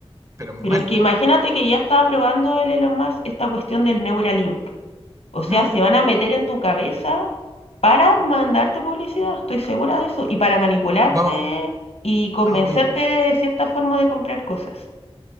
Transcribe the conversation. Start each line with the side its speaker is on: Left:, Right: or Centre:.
Right: pero mal.
Left: Pero es que imagínate que ya estaba probando el Elon Musk esta cuestión del Neuralink. O sea,
Right: Ujú.
Left: se van a meter en tu cabeza para mandarte publicidad, estoy segura de eso, y para manipularte
Right: Vamos,
Left: y convencerte
Right: ya, obvio.
Left: de cierta forma de comprar cosas.